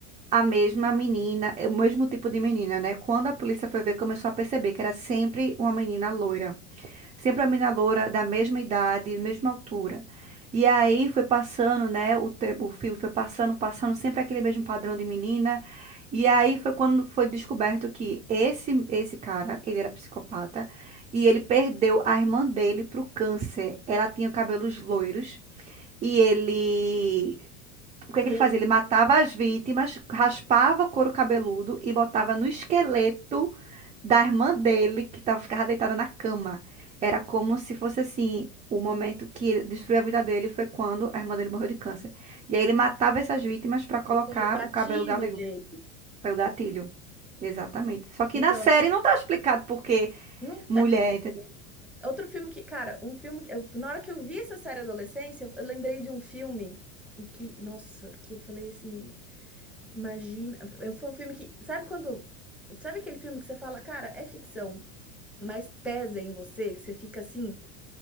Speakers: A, on the right; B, in the centre.
A: a mesma menina, é o mesmo tipo de menina, né? Quando a polícia foi ver, começou a perceber que era sempre uma menina loira. Sempre uma menina loira da mesma idade, mesma altura. E aí foi passando, né? O tempo, o filme foi passando, passando, sempre aquele mesmo padrão de menina. E aí foi quando foi descoberto que esse esse cara, ele era psicopata e ele perdeu a irmã dele pro câncer. Ela tinha cabelos loiros e ele o que é que
B: E
A: ele
B: ele
A: fazia? Ele matava as vítimas, raspava o couro cabeludo e botava no esqueleto da irmã dele, que tava, ficava deitada na cama. Era como se fosse assim, o momento que ele destruiu a vida dele foi quando a irmã dele morreu de câncer. E aí ele matava essas vítimas para colocar
B: foi o gatilho
A: o cabelo galego.
B: dele.
A: Foi o gatilho. Exatamente. Só que
B: Então,
A: na série
B: assim,
A: não tá explicado por que
B: não,
A: mulher, entendeu?
B: é outro filme que, cara, um filme, que eu- na hora que eu vi essa série Adolescência, eu lembrei de um filme que, nossa, que eu falei assim, Imagina, eu- foi um filme que, sabe quando, sabe aquele filme que você fala, cara, é ficção, mas pesa em você, que você fica assim,